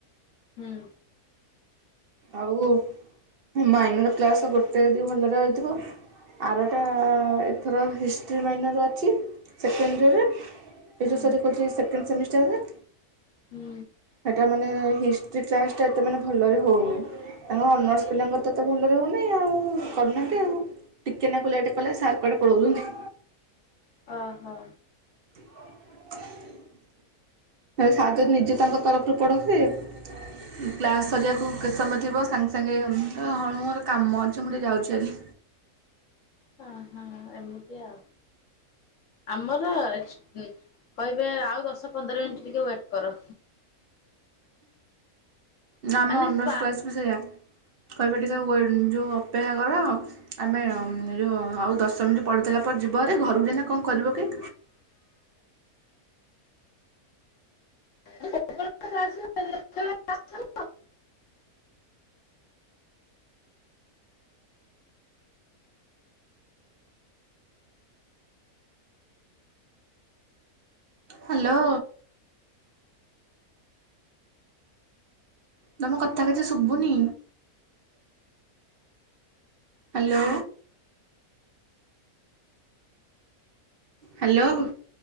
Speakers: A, on the left; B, on the right.
A: ହୁଁ।
B: ଆଉ ମାଇନର କ୍ଲାସ ଗୋଟେ ଯଦି ଭଲରେ ହୋଇଥିବ। ଆରଟା ଏଥର ହିଷ୍ଟ୍ରି ମାଇନର ଅଛି ସେକେଣ୍ଡ ଇୟରରେ। ଏ
A: ହୁଁ
B: ଯୋଉ ସାର୍ କହୁଛି ସେକେଣ୍ଡ ସେମିଷ୍ଟରରେ।
A: ହୁଁ।
B: ହେଟା ମାନେ ହିଷ୍ଟ୍ରି କ୍ଲାସ୍ ଟା ଏତେ ମାନେ ଭଲରେ ହଉନି। ତାଙ୍କ ଅନର୍ସ ପିଲାଙ୍କର ତ ତ ଭଲରେ ହଉନହିଁ ଆଉ କରୁନାହାନ୍ତି ଆଉ। ଟିକିଏ ନା କୁ ଲେଟ୍ କଲେ ସାର୍ କୁଆଡେ ପଳଉଛନ୍ତିି।
A: ଅ ହ।
B: <inaudible> ସାର୍ ଯଦି ନିଜେ ତାଙ୍କ ତରଫରୁ ପଢ଼ୋଉଥିବେ। କ୍ଲାସ୍ ସରିବାକୁ କେତେ ସମୟ ଥିବ ସାଙ୍ଗେ ସାଙ୍ଗେ ହଁ ମୋର କାମ ଅଛି ମୁଁ ଟିକେ ଯାଉଛି ଭାରି।
A: ହଁ ହଁ ଏମିତି ଆଉ ଆମର କହିବେ ଆଉ ଦଶ ପନ୍ଦର ମିନିଟ୍ ଟିକିଏ ୱେଟ୍ କର।
B: ନା ଆମ
A: ମାନେ
B: ଅନର୍ସ
A: କ୍ଲା
B: କ୍ଲାସ୍ ବି ସେଇଆ କହିବା ଟିକେ ୱ ଯୋଉ ଅପେକ୍ଷା କର। ଆମେ ଏଯଉ ଆଉ ଦଶମିନିଟ୍ ପଢ଼ିଦେଲା ପରେ ଯିବରେ ଭାରି ଘରକୁ ଏଇନା କଁ କରିବ କି?
A: <unintelligible>
B: ହ୍ୟାଲୋ। ତମ କଥା କିଛି ଶୁଭୁନି। ହ୍ୟାଲୋ। ହ୍ୟାଲୋ।